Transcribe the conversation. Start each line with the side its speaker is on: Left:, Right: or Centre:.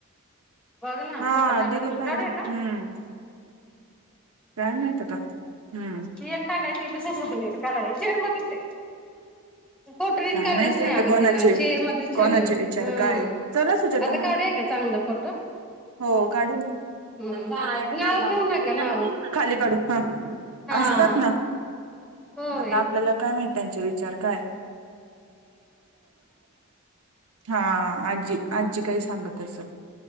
Centre: बघ ना
Right: हा
Centre: फोटो काढलाच
Right: दिलं
Centre: ना
Right: पाहिजे
Centre: काढूया
Right: हम्म.
Centre: का
Right: काय माहित आता हम्म
Centre: ती एक कलायची ब कायचेर मग दिसते. फोटो नीट
Right: काय
Centre: काढलाच
Right: माहिती
Centre: नाही
Right: आता
Centre: अग
Right: कोणाचे
Centre: तिनं चेअर मध्येच ठेवली
Right: कोणाचे
Centre: होती.
Right: विचार
Centre: हम्म
Right: काय चला सुजाता
Centre: आता
Right: मॅडम
Centre: कावड आहे का चांगलं? फोटो
Right: हो काढून
Centre: हम्म
Right: ना.
Centre: नाव घेऊ नका नाव
Right: खाली काढू हां
Centre: हा.
Right: असतात ना.
Centre: होय
Right: आता आपल्याला काय माहित त्यांचे विचार काय. हा आजी आजी काही सांगत असेल.